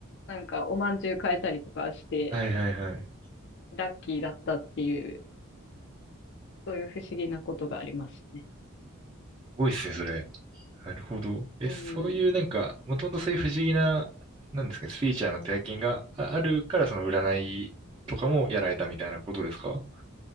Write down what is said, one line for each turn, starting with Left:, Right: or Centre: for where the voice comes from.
Left: なんか、おまんじゅう買えたりとかして、
Right: はいはいはい。す
Left: ラッキーだったっていう、そういう不思議なことがありましたね。
Right: ごいっすね、それ。なるほど。え、
Left: うん。
Right: そういうなんか、もともとそういう不思議な、なんですか、スピリチュアルな体験がああるから、その占いとかもやられたみたいなことですか